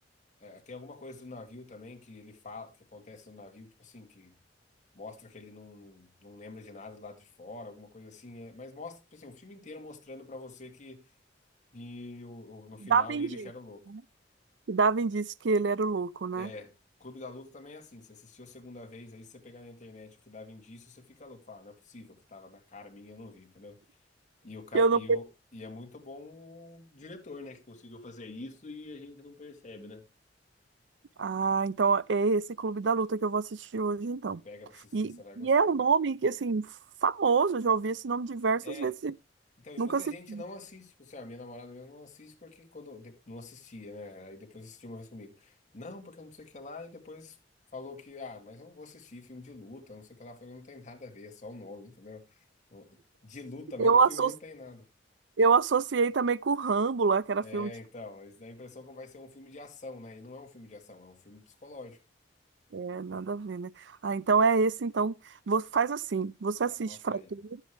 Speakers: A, on the left (about 40°); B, on the right (about 75°).
A: eh, tem alguma coisa do navio também que ele fala, que acontece no navio, tipo assim, que mostra que ele não, não lembra de nada lá de fora, alguma coisa assim. é, mas mostra, tipo assim, o filme inteiro mostrando pra você que e o, o- no final
B: dava indício,
A: ele que era o louco.
B: E dava indício que ele era o louco, né?
A: É. Clube da Luta também é assim. Você assistiu a segunda vez aí, se você pegar na internet o que dava indício, você fica louco. Fala, não é possível, que tava na cara minha, eu não vi, entendeu? E, o, ca-
B: Eu não.
A: e, o, e é muito bom o diretor, né? Que conseguiu fazer isso e a gente não percebe, né?
B: Ah, então é esse Clube da Luta que eu vou assistir hoje, então.
A: Pega pra assistir
B: E,
A: que você vai gostar.
B: e é um nome que, assim, famoso, eu já ouvi esse nome diversas
A: É,
B: vezes. e
A: então, e
B: Nunca
A: muita
B: se.
A: gente
B: <laughs>
A: não assiste. Tipo assim, a minha namorada mesmo não assiste porque quando de- não assistia, né? Aí depois assistiu uma vez comigo. Não, porque não sei o que lá. E depois falou que, ah, mas eu não vou assistir filme de luta, não sei o que lá. Eu Falei, não tem nada a ver, é só o nome, entendeu? Não- De luta
B: Eu,
A: mesmo, o filme
B: asso...
A: não tem nada.
B: eu associei também com o Rambo lá, que era
A: É,
B: filme de.
A: então, isso dá a impressão que vai ser um filme de ação, né? E não é um filme de ação, é um filme psicológico.
B: É, nada a ver, né? Ah, então é esse, então. Você faz assim, você
A: Anota
B: assiste Fratura
A: aí.